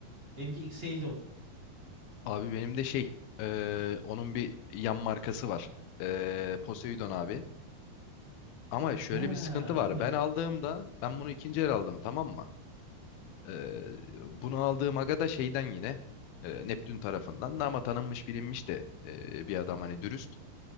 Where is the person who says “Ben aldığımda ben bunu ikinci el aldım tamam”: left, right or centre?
Left